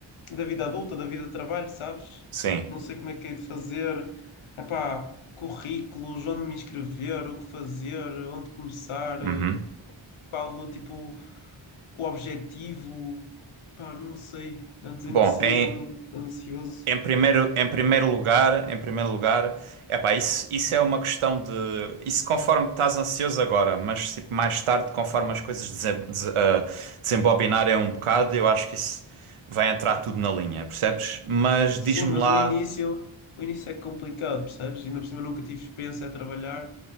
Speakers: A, on the left; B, on the right.
A: da vida adulta, da vida de trabalho, sabes?
B: sim.
A: Não sei como é que hei de fazer. Epá, currículos, onde me inscrever, o que fazer, onde começar,
B: Uhum.
A: eh, qual o tipo, o objetivo. Epá, não sei, ando
B: Bom,
A: indeciso,
B: em,
A: ando ando ansioso.
B: em primeiro, em primeiro lugar, em primeiro lugar, epá, isso, isso é uma questão de... Isso conforme estás ansioso agora, mas tipo, mais tarde, conforme as coisas dese- dese- ah, desembobinarem um bocado, eu acho que isso vai entrar tudo na linha, percebes? Mas diz-me
A: Sim, mas
B: lá...
A: o início, o início é complicado, percebes? Ainda por cima nunca tive experiência a trabalhar,